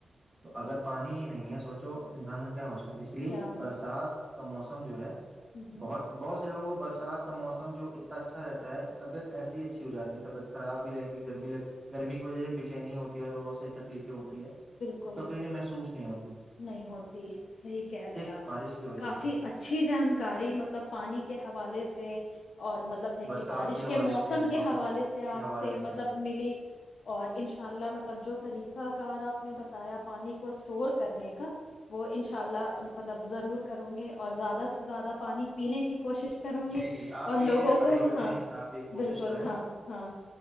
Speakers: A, on the right; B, on the left.
A: تو
B: جی
A: اگر پانی ہی نہیں ہے سوچو انسان ہو جائے اس لیے
B: کیا ہو
A: برسات کا موسم جو ہے
B: ہ ہ
A: بہت بہت س لگ بر رات کا موسم جو اتنا اچھا رہتا ہے طبیعت ایسی ہی اچھی ہو جاتی ہے طبعت خراب بھی رہگتی گرمیگ گرمی کی وجہ سے بےچینی ہوتی ہے اور بہت ساری تکلیفیں ہوتی ہے
B: بالکل
A: تکلیفیں محسوس نہیں ہوتی
B: نہیں ہوتی صحیح کہہ
A: صرف
B: رہے آپ
A: بارش کی وجہ
B: کافی
A: سے
B: اچھی جانکاری مطلب پانی کے حوالے سے اور مطلب ہے کہ
A: برسات
B: بارش
A: حوالے
B: کے موسم
A: سے
B: کے حوالے
A: کے
B: سے آپ
A: حوالے
B: سے مطلب ملی اور ان شاء اللہ مطلب جو طریقہ کار آپ نے بتایا پانی کو اسٹور کرنے کا وہ انشاء اللہ مطلب ضرور کرو گے اور زیادہ سے زیادہ پانی پینے کی کوشش کروں گی
A: جی جی آپ
B: اور لوگوں
A: یہ ٹرائی
B: کو
A: کریں
B: ہاں
A: آپ یہ کوشش
B: بالکل
A: کریں
B: ہاں ہاں